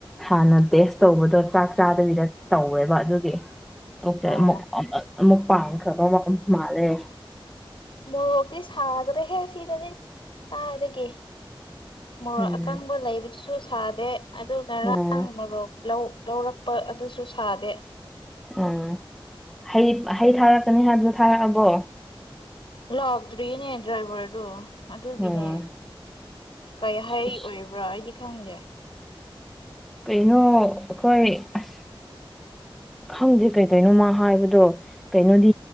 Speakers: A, in the centre; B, on the left (about 65°).
A: ꯍꯥꯟꯅ ꯇꯦꯁ꯭ꯇ ꯇꯧꯕꯗꯣ ꯆꯥꯛ ꯆꯥꯗꯕꯤꯗ ꯇꯧꯋꯦꯕ ꯑꯗꯨꯒꯤ ꯑꯣꯀꯦ
B: ꯑꯣ
A: ꯑꯃꯨꯛ ꯑꯃꯨꯛ ꯄꯥꯡꯈ꯭ꯔꯕ ꯃ ꯃꯥꯜꯂꯦ
B: ꯃꯣꯔꯣꯛꯇꯤ ꯁꯥꯗꯔꯦꯍꯦ ꯁꯤꯗꯗꯤ ꯀꯗꯥꯏꯗꯒꯤ ꯃꯣꯔꯣꯛ
A: ꯎꯝ
B: ꯑꯀꯪꯕ ꯂꯩꯕꯗꯨꯁꯨ ꯁꯥꯗꯦ ꯑꯗꯨꯒ ꯉꯔꯥꯡ
A: ꯎꯝ
B: ꯃꯣꯔꯣꯛ ꯂꯧ ꯂꯧꯔꯛꯄ ꯑꯗꯨꯁꯨ ꯁꯥꯗꯦ
A: ꯑꯣ ꯍꯩ ꯍꯩ ꯊꯥꯔꯛꯀꯅꯤ ꯍꯥꯏꯕꯗꯣ ꯊꯥꯔꯛꯑꯕꯣ
B: ꯂꯥꯛꯇ꯭ꯔꯤꯅꯦ ꯗ꯭ꯔꯥꯏꯚꯔꯗꯣ ꯑꯗꯨꯒꯤꯅꯦ
A: ꯎꯝ
B: ꯀꯩ ꯍꯥꯏ
A: ꯏꯁ
B: ꯑꯣꯏꯕ ꯭ꯕ꯭ꯔꯣ ꯑꯩꯗꯤ ꯈꯪꯗꯦ
A: ꯀꯩꯅꯣ ꯑꯩꯈꯣꯏ ꯑꯁ ꯈꯪꯗꯦ ꯀꯩ ꯀꯩꯅꯣ ꯃꯥ ꯍꯥꯏꯕꯗꯣ ꯀꯩꯅꯣꯗꯤ